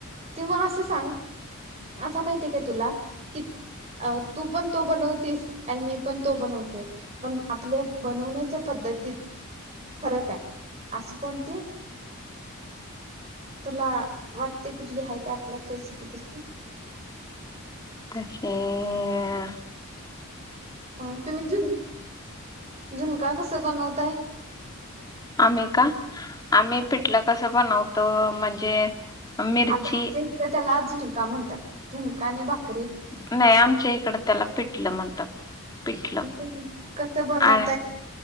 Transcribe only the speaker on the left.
तशी आ
आम्ही का, आम्ही पिठलं कसं बनवतो म्हणजे मिरची
नाही आमच्या इकड त्याला पिठलं म्हणतात, पिठलं
आणि